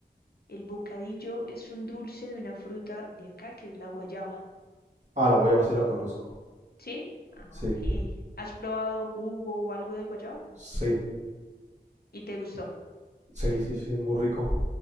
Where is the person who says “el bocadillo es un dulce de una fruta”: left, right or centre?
Left